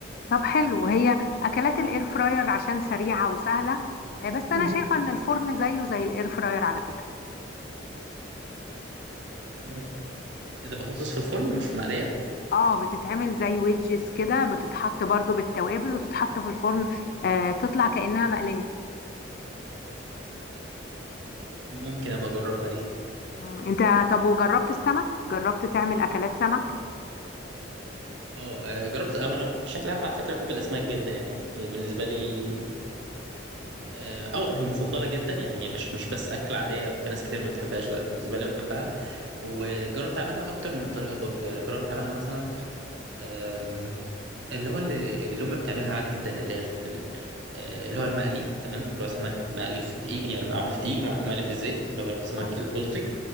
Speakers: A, on the left; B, on the right.
A: طب حلو وهي اكلات الاير فراير عشان سريعة وسهلة آه، بس انا
B: مم.
A: شايفة ان الفرن زيه زي الاير فراير على فكرة
B: مم. ايه ده بطاطس في الفرن مش مقليه
A: اه بتتعمل زي ويدجز كده بتتحط برضو بالتوابل وتتحط في الفرن آه تطلع كأنها مقلية
B: ممكن ابقى اجربها دي
A: مم. انت طب وجربت السمك جربت تعمل اكلات سمك
B: اه آه، جربت اه انا بشكل عام على فكره بحب الاسماك جدا يعني هي بالنسبه لي اه آه، هي مفضله جدا يعني هي مش مش بس اكله عاديه او في ناس كتير ما بتحبهاش لا بالنسبه لي بحبها وجربت اعملها باكتر من طريقه برضو يعني جربت اعملها مثلا آم، اللي هو اللي اللي امي بتعملها عادي جدا اللي هي الف- ال- آه، اللي هو المقلي تمام اللي هو سمك مقلي في دقيق يعني معمول في دقيق ومقلي في الزيت اللي هو السمك
A: اه
B: البلطي